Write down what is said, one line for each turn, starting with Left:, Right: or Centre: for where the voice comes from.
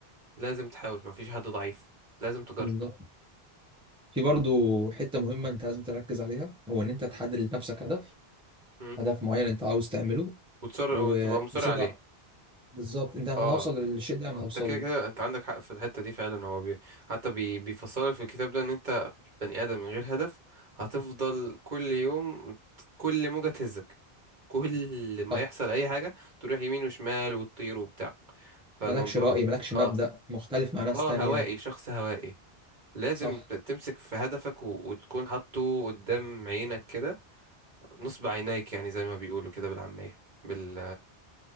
Right: لازم تحاول مفيش حد ضعيف لازم تجرب
Centre: بالظبط في برضو حتة مهمة انت لازم تركز عليها هو ان انت تحدد
Right: مم.
Centre: لنفسك هدف
Right: مم.
Centre: هدف معين انت عاوز تعمله
Right: وتصر
Centre: وتصر
Right: وتبقى مصر عليه
Centre: ع- بالظبط انت انا
Right: اه
Centre: هوصل للشيء ده انا
Right: انت
Centre: هوصل
Right: كده
Centre: له
Right: كده انت عندك حق في الحته دي فعلا هو بي... حتى بي... بيفصلك في الكتاب ده ان انت بني ادم من غير هدف هتفضل كل يوم كل موجه تهزك كل ما
Centre: صح
Right: يحصل اي حاجه تروح يمين وشمال وتطير وبتاع فالموضوع
Centre: مالكش رأي مالكش مبدأ
Right: اه
Centre: مختلف مع ناس
Right: اه
Centre: تانية
Right: هوائي شخص هوائي لازم
Centre: صح
Right: ت- تمسك في هدفك و... وتكون حاطه قدام عينك كده نصب عينيك يعني زي ما بيقولوا كده بالعامية بال